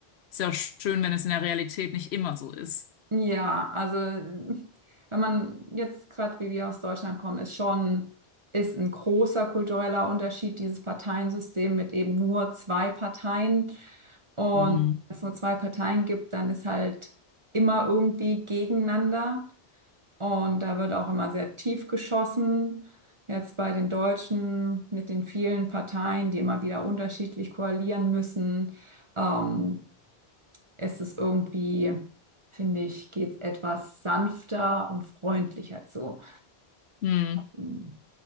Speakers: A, on the left; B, on the right.
A: ist ja auch schön, wenn es in der Realität nicht immer so ist.
B: Ja, also hm, wenn man jetzt gerade wie wir aus Deutschland kommen, ist schon ist ein großer kultureller Unterschied dieses Parteiensystem mit eben nur zwei Parteien. Und
A: Hm.
B: wenn es nur zwei Parteien gibt, dann ist halt immer irgendwie gegeneinander. Und da wird auch immer sehr tief geschossen. Jetzt bei den Deutschen mit den vielen Parteien, die immer wieder unterschiedlich koalieren müssen. Ähm, ist es irgendwie, finde ich, geht es etwas sanfter und freundlicher zu.
A: Hm.
B: Ähm,